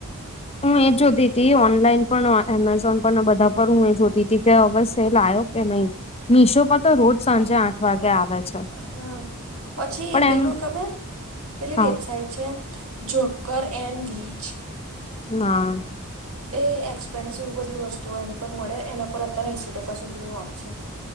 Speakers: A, on the left; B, on the right.
A: હું એજ જોતી તી ઓનલાઈન પણ એમેઝોન પણ બધા પર હું એ જોતી હતી કે હવે સેલ આવ્યો. કે નહી મશોપ તો રોજ સાંજે આઠ વાગે આવે છે.
B: હા પછી
A: પણ
B: પેલું
A: એમ
B: ખબર પેલી
A: હા
B: વેબસાઈટ છે. જોકર એડવીીચ.
A: હ.
B: એ એક્સપેન્સિવ બધી વસ્તુઓ એની પર મળે એના પર અત્યારે એંસીી ટકા સુધીની વાફ છે.